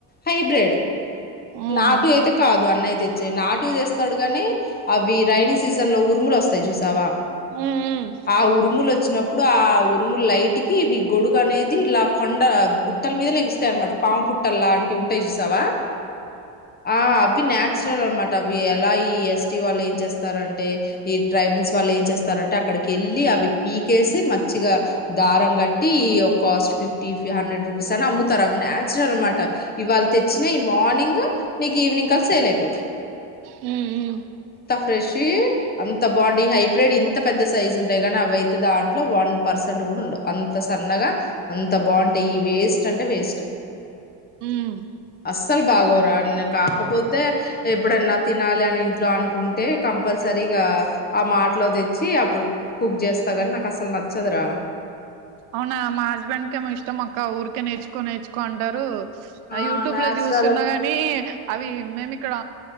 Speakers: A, on the left; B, on the right.
A: హైబ్రిడ్
B: మ్మ్
A: నాటు అయితే కాదు అన్నయితే తెచ్చే నాటుయి తెస్తాడు గాని అవి రైైనీ సీజన్ లో ఉరుములు వస్తాయి చూసావా
B: మ్మ్
A: ఆ ఉరుములు వచ్చినప్పుడు ఆ ఉరు ఉరుము లైట్కి ఇవి గొడుగు అనేది ఇలా కొండ గుట్టల మీద లెగుస్తాయి అన్నమాట పాము పుట్టల్ లాంటివి ఉంటాయి చూసావా ఆ అవి న నచురల్ అనమాట అవి ఎలా ఈ ఎస్టీ వాళ్ళు ఏం చేస్తారంటే, ఈ ట్రైబుల్స్ వాళ్ళు ఏం చేస్తారంటే అక్కడికి వెళ్ళి అవి పీకేసి మచ్చిగా దారం కట్టి, ఒక కాస్ట్ ఫిఫ్టీ హండ్రెడ్ రూపీస్ అని అమ్ముతారు అవి నచురల్ అనమాట, ఇవాళు తెచ్చినా ఈ మార్నింగ్ నీకు ఈవినింగ్ కలిసి సెయిల్ అయిపోతాయి
B: హ్మ్ మ్మ్
A: ఫ్రెష్యీ అంత బాగుంటంది హైబ్రిడ్ ఇంత పెద్ద సైజ్ ఉంటాయి కానీ అవియితే దాంట్లో వన్ పర్సెంట్ కూడా ఉండవు అంత సన్నగా అంత బాగుంటాయి ఈ వేస్ట్ అంటే వేస్ట్
B: మ్
A: సలు భాగోర కాకపోతే ఎప్పుడన్నా తినాలి అని ఇంట్లో అనుకుంటే, కంపల్సరీగా ఆ మాటలో తెచ్చి అప్పుడు కుక్ చేస్తా కానీ నాకు అసలు నచ్చదురా
B: అవునా మా హస్బెండ్కే ఇష్టమే అక్క ఊరికే నేర్చుకో నేర్చుకో అంటారు
A: ఆ
B: యూట్యూబ్
A: నాచురల్
B: లో చూస్తున్నా గాని అవి మేమి ఇక్కడ